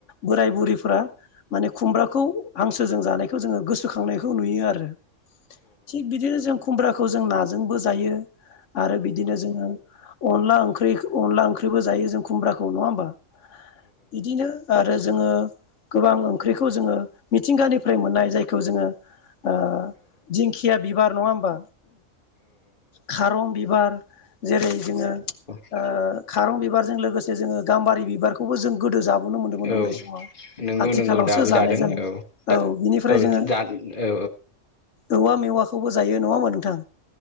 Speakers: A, on the left; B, on the left.
A: बोराय बुरिफोरा माने खुमब्रा। खौ हांसोजों जानायखौ जोङो गोसोखांनायखौ नुयो आरो। थिग बिदिनो जों खुमब्राखौ जों नाजोंबो जायो। आरो बिदिनो जोङो अनला ओंख्रिखो अनला ओंख्रिबो जायो जों खुमब्राखौ नङा होमबा। बिदिनो आरो जोङो। गोबां ओंख्रिखौ जोङो मिथिंगानिफ्राय मोननाय जायखौ जोङो ओ। दिंखिया बिबार नङा होमबा खारं बिबार। जेरै जोङो
B: औ
A: ओ खारं बिबारजों लोगोसे जोङो गाम्बारि बिबारखौबो जों गोदो जाब नुनो मोन्दोंमोन
B: औ
A: उन्दै
B: औ
A: समाव।
B: नंगौ
A: आथिखालावसो
B: नंगौ दाबो जादों
A: जानाय जानाय
B: औ दा
A: औ बिनिफ्राय
B: औ
A: जोङो।
B: जा औ
A: औवा मेवाखौबो जायो नङा होमबा नोंथां